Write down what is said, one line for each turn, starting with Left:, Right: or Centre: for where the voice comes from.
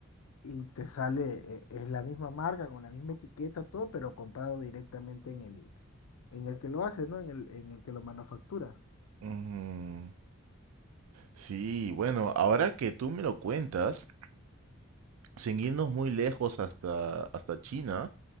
Left: y te sale, eh, es la misma marca, con la misma etiqueta, todo, pero comprado directamente en el, en el que lo hace, ¿no? En el, en el que lo manufactura.
Right: Ujú. Sí, bueno, ahora que tú me lo cuentas, sin irnos muy lejos hasta, hasta China,